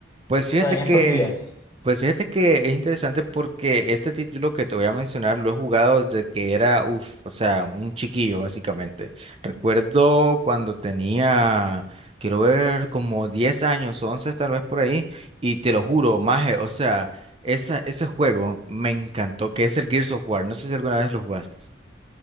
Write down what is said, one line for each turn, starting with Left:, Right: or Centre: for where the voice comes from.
Right: Pues fíjate
Left: O sea, en
Right: que,
Left: estos días.
Right: pues fíjate que es interesante porque este título que te voy a mencionar lo he jugado desde que era, uff, o sea, un chiquillo básicamente. Recuerdo cuando tenía, quiero ver, como 10 años, 11 tal vez por ahí, y te lo juro, maje, o sea, esa, ese juego me encantó, que es el Gears of War. No sé si alguna vez lo jugaste.